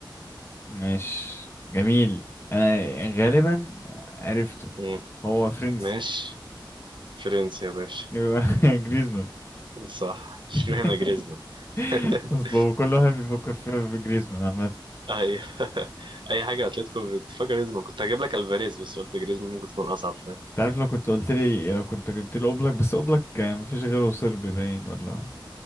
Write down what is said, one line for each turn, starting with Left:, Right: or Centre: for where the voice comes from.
Left: مش جميل انا غالبا عرفته
Right: مم.
Left: هو فرنسي
Right: ماشي فرنسا يا باشا
Left: يبقى <laughs> جريزمان
Right: صح اشمعنى
Left: <laughs>
Right: جريزمان <laughs>
Left: اصل كل واحد بيفكر فيها في جريزمان عامه انت
Right: اي <laughs> اي حاجه اتلتيكو بتفكر جريزمان كنت هجيب لك الفاريز بس قلت جريزمان ممكن تكون اصعب شويه
Left: عارف لو كنت قلت لي لو كنت جبت لي اوبلاك بس اوبلاك كان مفيش غيره صربي باين ولا